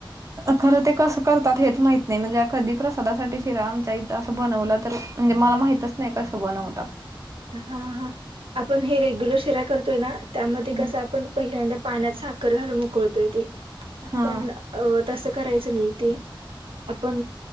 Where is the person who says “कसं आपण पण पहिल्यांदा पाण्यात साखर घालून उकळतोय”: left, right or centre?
Right